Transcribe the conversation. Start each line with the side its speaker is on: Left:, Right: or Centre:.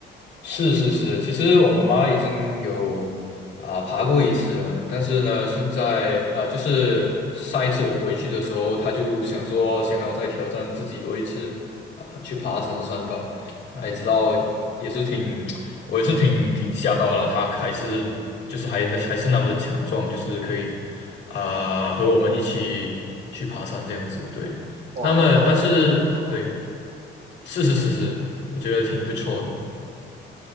Left: 是是是，其实我妈妈已经有啊、爬过一次了，但是呢，现在呃，就是上一次我回去的时候，她就想说想要再挑战自己多一次啊、去爬神山吧。然后一直到也是挺 <tsk>，我也是挺挺吓到了，她还是就是还还是那么的强壮，就是可以啊、和我们一起去爬山这样子。对，
Right: 哇，
Left: 那么但是对，
Right: 那那我觉得真的很好。
Left: 是是是是，我觉得挺不错的。